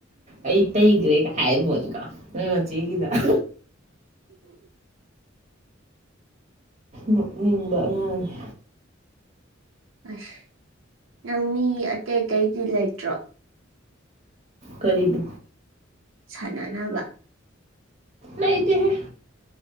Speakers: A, on the right; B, on the right.
A: ꯑꯩ ꯇꯩꯒꯔꯦ ꯀꯥꯏ ꯍꯥꯏ ꯄꯣꯠꯅꯤꯀꯣ ꯃꯣꯏ ꯃꯆꯦꯒꯤꯗ <inaudible> ꯅꯣꯛꯅꯤꯡꯕ ꯑꯉꯥꯡꯅꯤ
B: ꯑꯁ ꯅꯪ ꯃꯤ ꯑꯇꯩ ꯑꯇꯩꯗꯤ ꯂꯩꯇ꯭ꯔꯣ
A: ꯀꯔꯤꯕꯨ
B: ꯁꯥꯟꯅꯅꯕ
A: ꯂꯩꯇꯦ ꯍꯦ